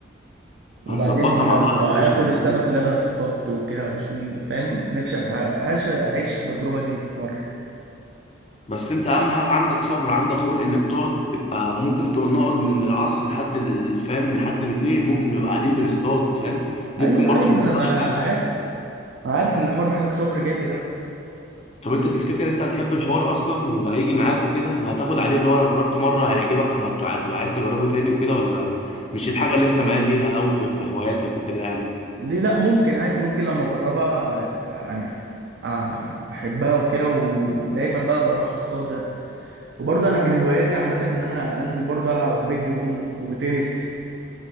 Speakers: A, on the left; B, on the right.
A: <laughs>
B: وبعدين
A: هنظبطها
B: لما
A: مع بعض يا باشا
B: اكل
A: ونروح
B: السمك اللي انا اصطادته وكده واشويه فاهم نفسي أع- اعيش اعيش التجربه دي في مره
A: بس انت اهم حاجه عندك صبر عندك خلق انك تقعد تبقى ممكن تقعد- نقعد من العصر لحد ال- فاهم لحد بالليل ممكن نبقى قاعدين بنصطاد فاهم ممكن
B: ايوه
A: برضو
B: عادي
A: ما
B: ما
A: تطلعش
B: ما انا
A: حاجه
B: عارف انا عارف ان الحوار محتاج صبر جامد
A: طب انت تفتكر انت هتحب الحوار اصلا وهيجي معاك وكده وهتاخد عليه اللي هو انا جربته مره هيعجبك فهتبقى عايز تجربه تاني وكده ولا مش الحاجه اللي انت ميال ليها قوي في كهواياتك وكده يعني
B: ليه لا ممكن عادي ممكن لما اجربها يعني أ- احبها وكده ودايما بقى بروح اصطاد وبرضه انا من هواياتي عامه ان انا انزل برضه العب بينج بونج وتنس